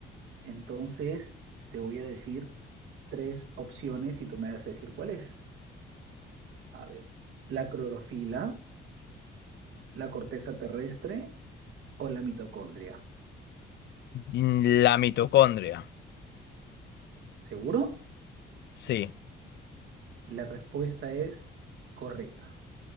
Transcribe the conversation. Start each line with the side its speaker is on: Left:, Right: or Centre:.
Right: Entonces te voy a decir tres opciones y tú me vas a decir cuál es. A ver, la clorofila, la corteza terrestre o la mitocondria.
Left: Mm, La mitocondria.
Right: ¿Seguro?
Left: Sí,
Right: La respuesta es correcta.